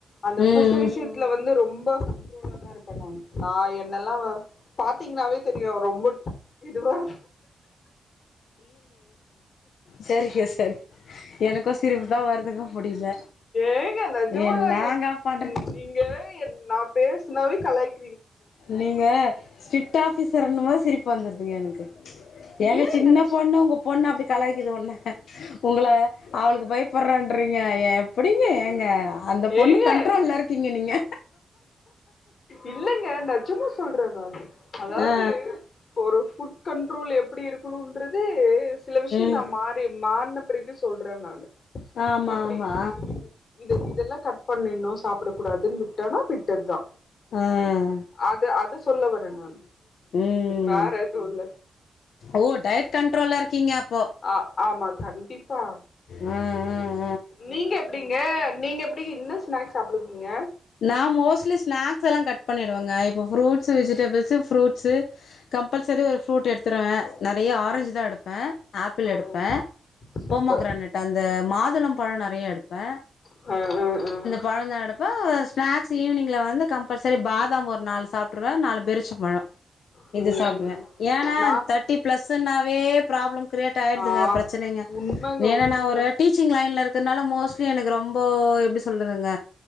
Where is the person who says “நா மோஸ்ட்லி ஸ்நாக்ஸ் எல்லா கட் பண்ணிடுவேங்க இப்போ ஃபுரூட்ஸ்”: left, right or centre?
Left